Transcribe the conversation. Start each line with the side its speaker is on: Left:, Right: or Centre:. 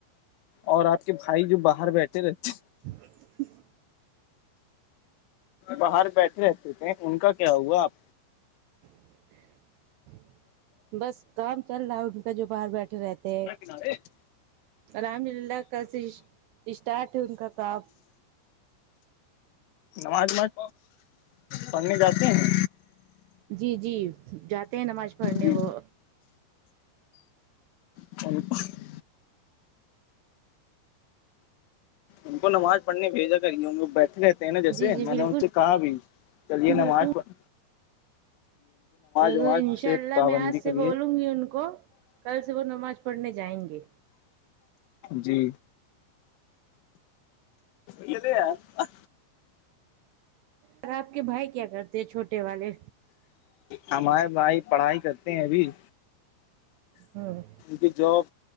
Left: اور آپ کے بھائی جو باہر بیٹھے رہے
Right: <unintelligible>
Left: باہر بیٹھے رہتے تھے ان کا کیا ہوا آپ
Right: <unintelligible> بس کام چل رہا ہے ان کا جو باہر بیٹھے رہتے ہیں
Left: ے <inaudible>
Right: رحمد للہ کا سے اسٹارٹ ہے ان کا کاپ
Left: نماز نماز پڑھنے جاتے ہیں
Right: جی جی جاتے ہیں نماز پڑھنے
Left: جی
Right: وہ
Left: ا <inaudible> ان کو نہ م <unintelligible> پڑھنے بھیجا کری ان بیٹھے رہتے ہیں نا جیسے
Right: جی جی
Left: میں نے
Right: بالکل
Left: ان سے کہا بھی چلیے
Right: بالکل
Left: نماز پڑھ
Right: ان
Left: وماز سے
Right: شاء اللہ
Left: پابندی
Right: میں آج سے
Left: کریے
Right: بولوں گی ان کو کل سے وہ نماز پڑھنے جائیں گے
Left: جی م دیا <unintelligible>
Right: اور آپ کے بھائی کیا کرتے ہیں چھوٹے والے
Left: ہمارے بھائی پڑھائی کرتے ہیں ابھی
Right: ہوں
Left: م جاب